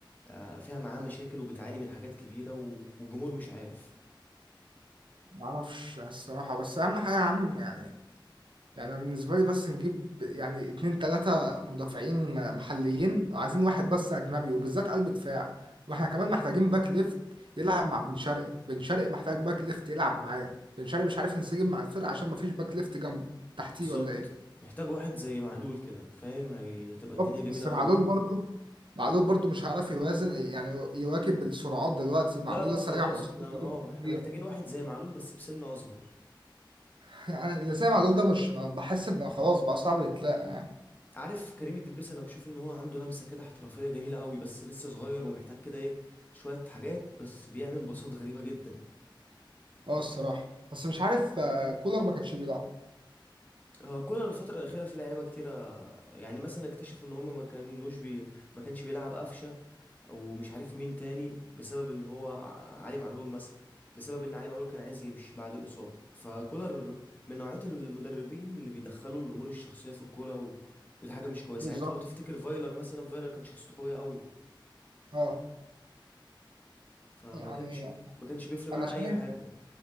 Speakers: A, on the left; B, on the right.
A: آه، فيها معاه مشاكل وبتعاني من حاجات كبيرة و- والجمهور مش عارف
B: ما اعرفش الصراحه بس اهم حاجه يا عم يعني يعني أنا بالنسبة لي بس نجيب يعني اتنين تلاتة مدافعين محليين وعايزين واحد بس أجنبي وبالذات قلب دفاع واحنا كمان محتاجين باك ليفت يلعب مع بن شرقي بن شرقي محتاج باك ليفت يلعب معاه بن شرقي مش عارف ينسجم مع الفرقة عشان مفيش باك ليفت جنبه تحتيه
A: بالظبط
B: ولا ايه
A: محتاج واحد زي معلول كده فاهم هي- هتبقى الدنيا
B: بالظبط
A: جميلة
B: بس
A: قوي
B: معلول برضه معلول برضه مش هيعرف يوازن يعني يواكب السرعات دلوقتي معلول
A: لا لا
B: لسه
A: خلاص
B: راجع من أسلوب
A: احنا اه احنا
B: كبير
A: محتاجين واحد زي معلول بس بسن اصغر
B: <laughs> يعني اللي زي معلول ده مش بحس انه خلاص بقى صعب يتلاقى
A: عارف كريم الدبيس انا بشوف ان هو عنده لمسة كده احترافية جميلة قوي بس لسه صغير ومحتاج كده ايه شوية حاجات بس بيعمل باصات غريبة جدا
B: اه الصراحة بس مش عارف آه، كولر ما كانش بيلعب
A: هو كولر الفترة الأخيرة في لعيبة كتيرة يعني مثلا اكتشفوا إن هما ما كانوش بي ما كانش بيلعب قفشة أو مش عارف مين تاني بسبب إن هو ع- علي معلول مثلا بسبب إن علي معلول كان عايز يمشي بعد الإصابة فكولر من نوعية المدربين اللي بيدخلوا الأمور الشخصية في الكورة و... ودي حاجة مش كويسة
B: بالظبط
A: يعني أنت لو تفتكر فايلر مثلا فايلر كان شخصيته قوية قوي
B: اه
A: فما
B: يعني
A: كانش ما كانش بيفرق
B: انا
A: معاه
B: شايف
A: أي حاجة